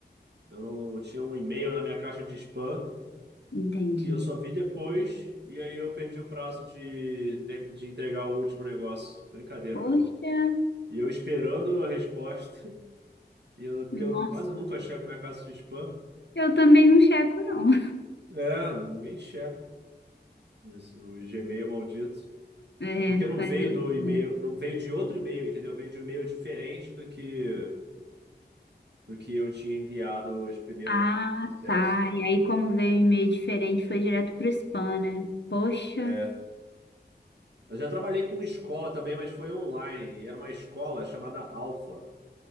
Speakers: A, on the right (about 75°); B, on the left (about 80°).
A: não tinha um e-mail na minha caixa de spam
B: entendi.
A: que eu só vi depois e aí eu perdi o prazo de, ter- de entregar o último negócio. Brincadeira,
B: Poxa,
A: né? E eu esperando a resposta, <laughs> e eu, porque
B: nossa.
A: eu quase nunca checo minha caixa de spam.
B: Eu também não checo, não.
A: É, ninguém checa isso, o Gmail maldito.
B: É,
A: É porque não
B: fazer
A: veio
B: o
A: do e-mail,
B: quê?
A: não veio de outro e-mail, entendeu? Veio de um e-mail diferente do que do que eu tinha enviado os primeiros
B: Ah,
A: processos.
B: tá. E aí, como veio um e-mail diferente, foi direto pro spam, né? Poxa,
A: É. Eu já trabalhei com escola também, mas foi online. Era uma escola chamada Alpha.